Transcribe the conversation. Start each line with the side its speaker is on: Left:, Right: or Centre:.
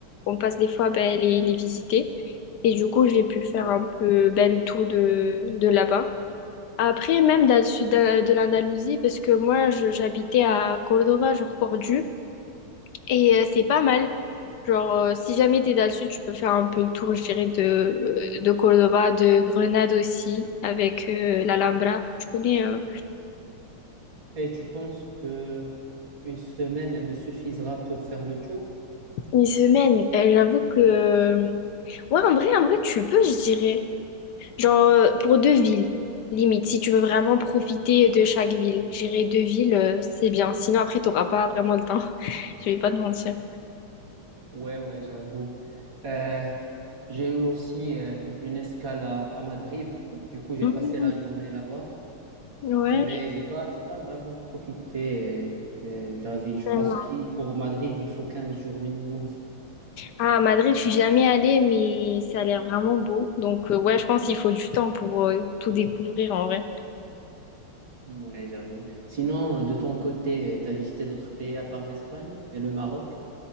Left: on passe des fois ben, les, les visiter. Et du coup, j'ai pu faire un peu ben, le tour de, de là-bas. Après, même dans le sud de, de l'Andalousie, parce que moi, je- j'habitais à Cordoba, genre Cordoue, et euh, c'est pas mal. Genre, euh, si jamais t'es dans le sud, tu peux faire un peu le tour, je dirais, de, euh, de Cordoba, de Grenade aussi, avec euh, l'Alhambra. Je connais euh,
Right: Et tu penses que une semaine me suffisera pour faire le tour?
Left: une semaine. Euh, j'avoue que... euh, Ouais, en vrai, en vrai, tu peux, je dirais. Genre, euh, pour deux villes, limite, si tu veux vraiment profiter de chaque ville. Je dirais deux villes, euh, c'est bien. Sinon, après, t'auras pas vraiment le temps. <laughs> Je vais pas te mentir.
Right: Ouais, ouais, j'avoue. Euh, j'ai eu aussi euh, une escale à à Madrid. Du coup, j'ai
Left: Mhm.
Right: passé la journée là-bas.
Left: Ouais,
Right: Mais j'ai pas, j'ai pas vraiment profité euh, euh, de la ville. Je
Left: tellement.
Right: pense qu'il pour Madrid, il faut 15 jours minimum. <laughs>
Left: Ah, Madrid, je suis jamais allée, mais ça a l'air vraiment beau. Donc, euh, ouais, je pense qu'il faut du temps pour euh, tout découvrir en vrai.
Right: Ouais, j'avoue. Sinon, euh, de ton côté, tu as visité d'autres pays à part l'Espagne et le Maroc?